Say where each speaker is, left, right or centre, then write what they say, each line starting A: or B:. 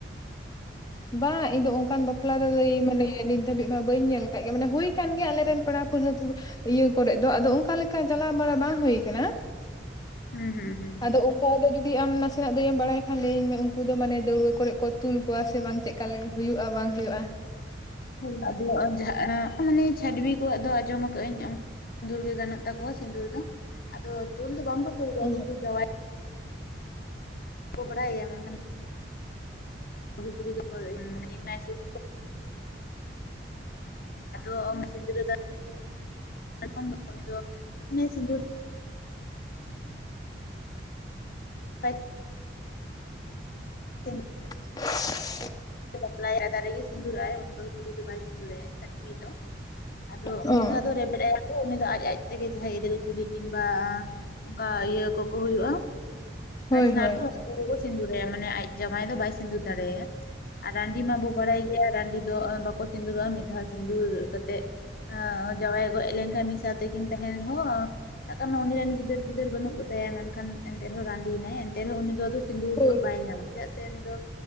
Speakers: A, on the left (about 20°); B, on the left (about 50°).
A: ᱵᱟᱝ ᱤᱧ ᱫᱚ ᱚᱱᱠᱟᱱ ᱵᱟᱯᱼᱼ ᱵᱟᱯᱞᱟ ᱫᱚ ᱟᱫᱚ ᱤᱧ ᱢᱟᱱᱮ ᱱᱤᱛ ᱫᱷᱟᱹᱵᱤᱡ ᱢᱟ ᱵᱟᱹᱧ ᱧᱮᱞ ᱟᱠᱟᱜ ᱜᱮᱭᱟ ᱢᱟᱱᱮ ᱦᱩᱭ ᱠᱟᱱ ᱜᱮᱭᱟ ᱟᱞᱮᱨᱮᱱ ᱯᱮᱲᱟ ᱯᱟᱲᱦᱟᱹ ᱛᱷᱩᱨᱩᱼᱼ ᱤᱭᱟᱹ ᱠᱚᱨᱮᱜ ᱫᱚ ᱟᱫᱚ ᱚᱱᱠᱟ ᱞᱮᱠᱟ ᱪᱟᱞᱟᱣ ᱵᱟᱲᱟ ᱵᱟᱝ ᱦᱩᱭ ᱠᱟᱱᱟ᱾
B: ᱦᱩᱸ ᱦᱩᱸ ᱦᱩᱸ
A: ᱟᱫᱚ ᱚᱱᱠᱟ ᱜᱮ ᱡᱩᱫᱤ ᱟᱢ ᱱᱟᱥᱮᱱᱟᱜᱼᱼ ᱫᱟᱹᱭᱮᱢ ᱵᱟᱲᱟᱭ ᱠᱷᱟᱱ ᱞᱟᱹᱭᱟᱹᱧ ᱢᱮ ᱩᱱᱠᱩ ᱫᱚ ᱢᱟᱱᱮ ᱫᱟᱹᱲᱣᱟᱹ ᱠᱚᱨᱮᱜ ᱠᱚ ᱛᱩᱞ ᱠᱚᱣᱟ ᱥᱮ ᱵᱟᱝ ᱪᱮᱫᱠᱟ ᱞᱮᱠᱟ ᱦᱩᱭᱩᱜᱼᱟ ᱵᱟᱝ ᱦᱩᱭᱩᱜᱼᱟ᱾
B: ᱦᱳᱭ ᱟᱫᱚ ᱡᱟᱦᱟᱸ ᱢᱟᱱᱮ ᱪᱷᱟᱹᱰᱩᱭᱤ ᱠᱚᱣᱟᱜ ᱫᱚ ᱟᱸᱡᱚᱢ ᱟᱠᱟᱜ ᱟᱹᱧᱼᱼ ᱥᱤᱸᱫᱩᱨ ᱜᱮ ᱜᱟᱱᱚᱜ ᱛᱟᱠᱚᱣᱟ ᱥᱤᱸᱫᱩᱨ ᱫᱚ ᱟᱫᱚ ᱛᱩᱞ ᱫᱚ ᱵᱟᱝᱠᱚ ᱛᱩᱞ ᱠᱚᱣᱟ
A: ᱚ
B: ᱠᱤᱱᱛᱩ ᱡᱟᱣᱟᱭᱼᱼ ᱠᱚ ᱜᱷᱚᱸᱲᱟᱭ ᱭᱟ ᱢᱮᱱᱠᱷᱟᱱᱼᱼ ᱵᱟᱦᱩ ᱠᱩᱲᱤ ᱫᱚ ᱥᱩ <inaudible> ᱟᱫᱚ ᱟᱢ ᱥᱤᱸᱫᱩᱨ ᱫᱟ <inaudible> ᱩᱱᱤ ᱫᱚ ᱢᱟᱱᱮ ᱥᱤᱸᱫᱩᱨ <unintelligible> ᱤᱸᱫᱩᱜ <inaudible>
A: <inaudible>
B: ᱵᱟᱯᱞᱟᱭᱟ ᱫᱟᱨᱮ ᱨᱮᱜᱮ ᱥᱤᱸᱫᱩᱨᱟᱭᱟ ᱩᱱᱤ ᱵᱟᱹᱦᱩ ᱠᱩᱲᱤ ᱫᱚ ᱵᱟᱭ ᱥᱤᱸᱫᱩᱨᱟᱭᱟ ᱪᱷᱟᱰᱩᱭᱤ ᱫᱚ᱾ ᱟᱫᱚ
A: ᱚ
B: ᱩᱱᱤ ᱫᱚ ᱟᱫᱚ ᱨᱮᱵᱮᱫ ᱟᱭᱟ᱾ ᱳ ᱩᱱᱤ ᱫᱚ ᱟᱡ ᱟᱡ ᱛᱮᱜᱮ ᱡᱟᱦᱟᱸᱭ ᱮᱫᱮᱞ ᱠᱩᱲᱤ ᱠᱤᱝᱵᱟ ᱚᱱᱠᱟ ᱤᱭᱟᱹ ᱠᱚᱠᱚ ᱦᱩᱭᱩᱜᱼᱟ᱾
A: ᱦᱳᱭ
B: ᱟᱡᱷᱱᱟᱨ
A: ᱦᱳᱭ
B: ᱠᱚ ᱩᱱᱠᱩ ᱜᱮᱠᱚ ᱥᱤᱸᱫᱩᱨᱟᱭᱟ ᱢᱟᱱᱮ ᱟᱡ ᱡᱟᱶᱟᱭ ᱫᱚ ᱵᱟᱭ ᱥᱤᱸᱫᱩᱨ ᱫᱟᱲᱮᱭᱟᱭᱟ᱾ ᱟᱨ ᱨᱟᱺᱰᱤ ᱢᱟᱵᱚ ᱵᱟᱲᱟᱭ ᱜᱮᱭᱟ ᱨᱟᱺᱰᱤ ᱫᱚ ᱵᱟᱠᱚ ᱥᱤᱸᱫᱩᱨᱚᱜᱼᱟ ᱢᱤᱫ ᱫᱷᱟᱣ ᱥᱤᱸᱫᱩᱨ ᱠᱟᱛᱮᱜᱼᱼ ᱡᱟᱶᱟᱭ ᱮ ᱜᱚᱡ ᱞᱮᱱᱠᱷᱟᱱ ᱢᱤᱫ ᱥᱟᱶ ᱛᱮᱠᱤᱱ ᱛᱟᱦᱮᱱ ᱨᱮᱦᱚᱸᱼᱼ ᱥᱟᱵᱠᱟᱜ ᱢᱮ ᱩᱱᱤ ᱨᱮᱱ ᱜᱤᱫᱟᱹᱨ ᱯᱤᱫᱟᱹᱨ ᱵᱟᱹᱱᱩᱜ ᱠᱚᱛᱟᱭᱟ ᱢᱮᱱᱠᱷᱟᱱ ᱮᱱᱛᱮ ᱨᱮᱦᱚᱸ ᱨᱟᱺᱰᱤᱭᱮᱱᱟᱭ ᱮᱱᱛᱮ ᱨᱮᱦᱚᱸ ᱩᱱᱤ ᱫᱚ ᱟᱫᱚᱼᱼ ᱥᱤᱸᱫᱩᱨ
A: ᱦᱳᱭ
B: ᱫᱚ ᱵᱟᱭ ᱧᱟᱢᱟ ᱪᱮᱫᱟᱜ ᱥᱮ ᱩᱱᱤ ᱫᱚ